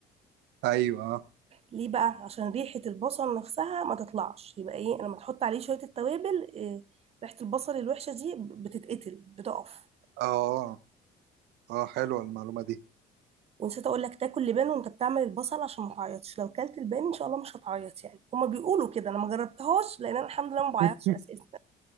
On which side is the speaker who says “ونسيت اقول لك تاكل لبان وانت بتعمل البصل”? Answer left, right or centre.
Right